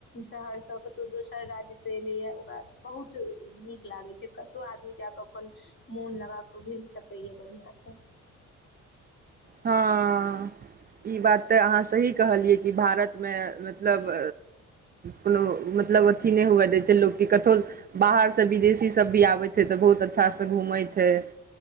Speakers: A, on the left; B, on the right.
A: शहर सँ कतौ दोसर राज्य से एलै या, ओकरा बहुत नीक लागै छै। कतौ आदमी जाकऽ अपन मोन लगा कऽ घुमि सकैया बढ़िया सँ।
B: हँ। ई बात तऽ अहाँ सही कहलियै, कि भारतमे मतलब कोनो मतलब अथि नहि हुअ दै छै, लोक के कथो बाहर सँ विदेशी सब भी आबै छै, तऽ बहुत अच्छा सँ घूमै छै। हे